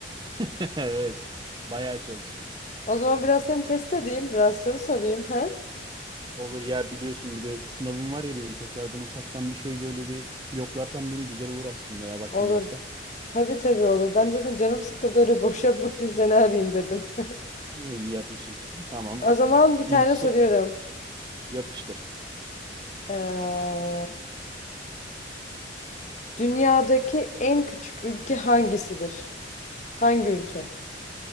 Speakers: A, on the right (about 25°); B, on the left (about 40°).
A: <laughs> evet bayağı çalıştım.
B: O zaman biraz seni test edeyim. Biraz soru sorayım. He?
A: Olur ya biliyorsun bir de sınavım var ya benim tekrardan ufaktan bir şey böyle bir yoklarsan beni güzel olur aslında ya vaktin
B: Olur.
A: varsa.
B: Tabii tabii olur. Ben de sen canım sıkıldı öyle boş <laughs> yapmak için seni arayayım dedim.
A: E, İyi yapmışsın. Tamam.
B: O zaman bir
A: İlk
B: tane
A: so-
B: soruyorum.
A: yapıştır.
B: Ee, dünyadaki en küçük ülke hangisidir? Hangi ülke?